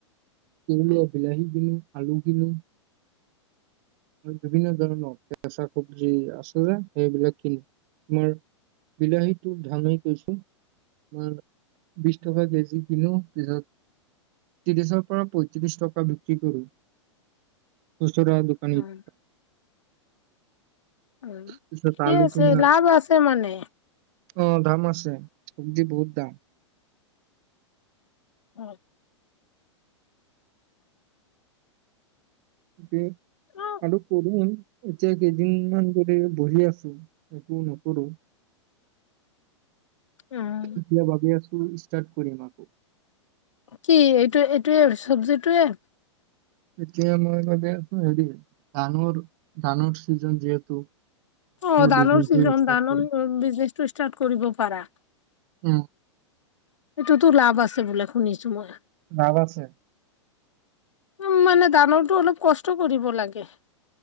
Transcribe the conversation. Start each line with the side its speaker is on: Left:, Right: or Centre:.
Right: কি বোলে বিলাহী কিনিম আলু কিনিম বিভিন্ন ধৰণৰ কেঁচা চব্জি আছে যে সেইবিলাক কিনো তোমাৰ বিলাহীটোৰ দামেই কৈছো তোমাৰ বিশ টকা কেজি কিনো পিছত ত্ৰিশৰ পৰা পয়ত্ৰিশ টকা বিক্ৰী কৰো। খুচুৰা দোকানীক
Left: উম উম
Right: পিছত
Left: ঠিকেই
Right: আলু
Left: আছে,
Right: তোমাৰ
Left: লাভ আছে মানে?
Right: অ' দাম আছে, চব্জি বহুত দাম।
Left: অ'
Right: কে
Left: অ
Right: আৰু কেইদিনমান, এতিয়া কেইদিনমান ধৰি বহি আছো, একো নকৰো।
Left: উম,
Right: এতিয়া ভাবি আছো ষ্টাৰ্ট কৰিম আকৌ
Left: কি এইটো এইটোৱয়ে চব্জিটোয়ে?
Right: এতিয়া মই ভাবি আছো, হেৰি ধানৰ ধানৰ চিজন যিহেতু
Left: অ' ধানৰ
Right: বিজনেছে
Left: চিজন
Right: ষ্টাৰ্ট
Left: ধানৰ
Right: কৰিম
Left: বিজনেচটো ষ্টাৰ্ট কৰিব পাৰা।
Right: উম
Left: সেইটোতো লাভ আছে বোলে শুনিছো মই।
Right: লাভ আছে।
Left: উম, মানে ধানৰটো অলপ কষ্ট কৰিব লাগে।